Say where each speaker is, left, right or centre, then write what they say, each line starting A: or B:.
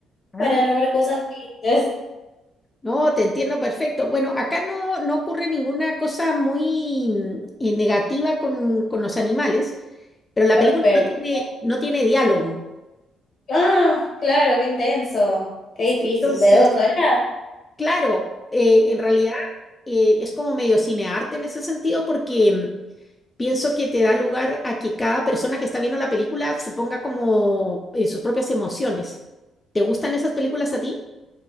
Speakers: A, on the left; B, on the left.
A: Ah.
B: para no ver cosas tristes.
A: No, te entiendo perfecto. Bueno, acá no, no ocurre ninguna cosa muy mm, eh, negativa con, con los animales, pero la
B: Perfecto.
A: película no tiene, no tiene diálogo.
B: Ah, claro, qué intenso. Qué difícil.
A: Entonces,
B: ¿De dos horas?
A: claro, eh, en realidad eh, es como medio cinearte en ese sentido porque mm, pienso que te da lugar a que cada persona que está viendo la película se ponga como en sus propias emociones. ¿Te gustan esas películas a ti?